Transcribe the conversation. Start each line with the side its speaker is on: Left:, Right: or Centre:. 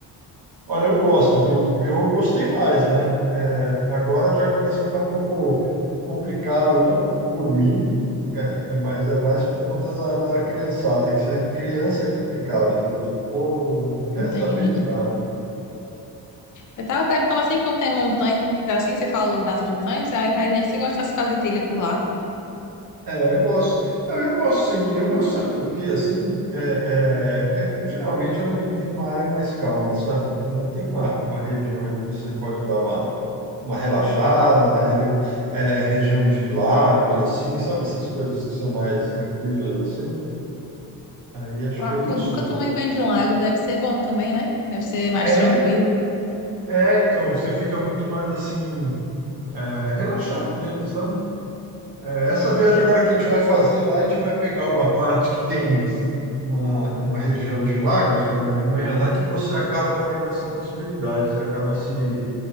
Right: Olha, eu gosto, viu? Eu gostei mais, né? É, agora já começa a ficar um pouco complicado, não por mim, é, é mais, é mais por conta da, da criançada, que ser criança é complicado, viu? O povo não quer
Left: Entendi.
Right: saber de nada.
Left: Eu tava perguntando assim, como tem montanhas, assim, você falou das montanhas, aí imaginei que você gostasse de fazer trilha por lá.
Right: É, eu gosto. Não, eu gosto sim. Eu gosto, sabe do quê? Assim, é, é, é, geralmente é onde tem uma área mais calma, sabe? Quando tem uma, uma região onde você pode dar uma uma relaxada, a re- é, região de lagos, assim, sabe? Essas coisas que são mais tranquilas, assim. Aí acho
Left: Lago,
Right: bem gostoso.
Left: nunca tomei banho de lago, deve ser bom também, né? Deve ser mais
Right: É,
Left: tranquilo.
Right: é, então, você fica muito mais assim, é, relaxado mesmo, sabe? É, Essa viagem agora que a gente vai fazer lá, a gente vai pegar uma parte que tem uma, uma região de lagos na Alemanha lá que você acaba tendo essa possibilidade, você acaba se